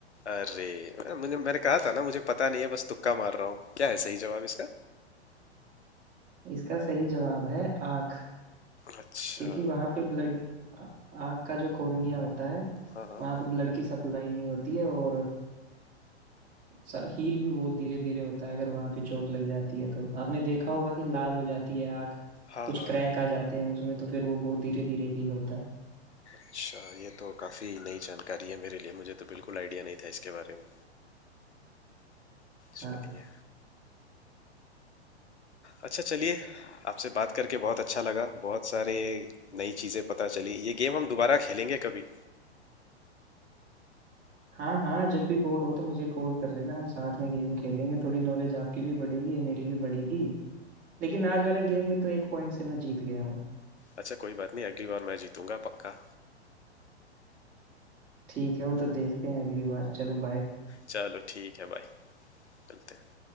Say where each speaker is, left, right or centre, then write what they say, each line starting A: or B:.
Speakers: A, on the left; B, on the right.
A: अरे मुझे मैंने कहा था ना मुझे पता नहीं है बस तुक्का मार रहा हूँ क्या है सही जवाब इसका
B: इसका सही जवाब है आँख
A: अच्छा
B: क्योंकि वहां पे ब्लड आँख का जो कॉर्निया होता है
A: हाँ हाँ
B: वहां पे ब्लड की सप्लाई नहीं होती है और सा- हील भी बहुत धीरे धीरे होता है अगर वहां पे चोट लग जाती है तो आपने देखा होगा कि लाल हो जाती है आंख
A: हाँ
B: कुछ
A: हाँ
B: क्रैक
A: हाँ
B: आ जाते हैं उसमें तो फिर वो बहुत धीरे धीरे हील होता है
A: अच्छा ये तो काफी नई जानकारी है मेरे लिए मुझे तो बिल्कुल आइडिया नहीं था इसके बारे में
B: हाँ
A: चलिए अच्छा चलिए आपसे बात करके बहुत अच्छा लगा बहुत सारे नई चीजें पता चली ये गेम हम दोबारा खेलेंगे कभी
B: हाँ हाँ जब भी बोर हो तो मुझे कॉल कर लेना हम साथ में गेम खेलेंगे थोड़ी नॉलेज आपकी भी बढ़ेगी मेरी भी बढ़ेगी लेकिन आज वाले गेम में तो एक पॉइंट से मैं जीत गया हूँ
A: अच्छा कोई बात नहीं अगली बार मैं जीतूंगा पक्का
B: ठीक है वो तो देखते हैं अगली बार चलो बाय
A: चलो ठीक है बाय मिलते हैं